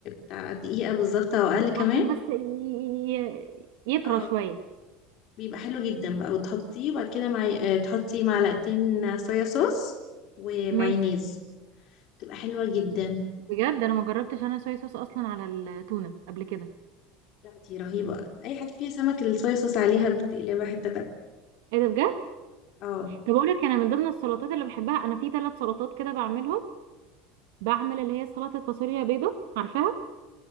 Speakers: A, on the left; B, on the right.
A: بتاع دقيقه بالظبط او اقل كمان
B: عشان بس ي- ي- يطرى
A: اه
B: شويه
A: بيبقى حلو جدا بقى وتحطيه وبعد كده مع... آه، تحطي معلقتين صويا صوص ومايونيز
B: ماشي
A: بتبقى حلوه جدا
B: بجد انا ما جربتش انا صويا صوص اصلا على التونه قبل كده
A: لا دي رهيبه اي حاجه فيها سمك الصويا صوص عليها بتقلبها حته تانية
B: ايه ده بجد
A: اه
B: طب اقول لك انا من ضمن السلطات اللي بحبها انا في ثلاث سلطات كده بعملهم بعمل اللي هي سلطة فاصوليا بيضة عارفاها